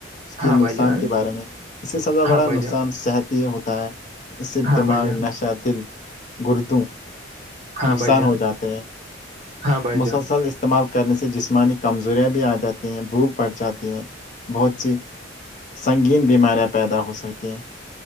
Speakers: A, on the left; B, on the right.
A: اس کی
B: ہاں
A: نقصان
B: بھائی جان
A: کے بارے میں اس سے سب سے بڑا
B: ہاں بھائی
A: نقصان
B: جان
A: صحتی یہ ہوتا ہے اس
B: ہاں
A: دماغ
B: بھائی جان
A: نشا دل گردوں
B: ہاں
A: نقصان
B: بھائی جان
A: ہو جاتے ہیں
B: ہاں بھائی
A: مسلسل
B: جان
A: اس استعمال کرنے سے جسمانی کمزوریاں بھی آ جاتی ہیں بھوک بڑھ جاتی ہیں بہت سی سنگین بیماریاں پیدا ہو سکتی ہیں